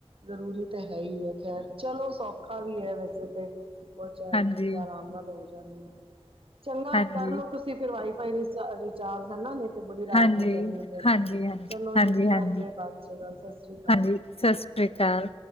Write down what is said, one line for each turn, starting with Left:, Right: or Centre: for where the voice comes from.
Right: ਜ਼ਰੂਰੀ ਤਾਂ ਹੈ, ਹੀ ਹੈ ਖੈਰ ਚਲੋ ਸੌਖਾ ਵੀ ਹੈ ਵੈਸੇ ਤੇ। ਬਚਾਰੀ
Left: ਹਾਂਜੀ
Right: ਚੀਜ਼ਾਂ ਆਰਾਮ ਨਾਲ ਹੋ ਜਾਂਦੀਆਂ, ਚੰਗਾ
Left: ਹਾਂਜੀ
Right: ਕਰਲੋ ਤੁਸੀਂ, ਫਿਰ ਵਾਈਫਾਈ ਰਿਚਾਰਜ ਹਨਾ, ਤੇ ਬੜੀ ਰਾਤ
Left: ਹਾਂਜੀ
Right: ਹੋ ਜਾਂਣੀ ਆ ਫਿਰ,
Left: ਹਾਂਜੀ ਹਾਂਜੀ
Right: ਚਲੋ
Left: ਹਾਂਜੀ
Right: ਜੀ
Left: ਹਾਂਜੀ
Right: ਕਰਦੇ ਬਾਅਦ ਚ ਗੱਲ ਸਤਿ ਸ੍ਰੀ ਅਕਾਲ।
Left: ਹਾਂਜੀ ਸਤਿ ਸ਼੍ਰੀ ਅਕਾਲ,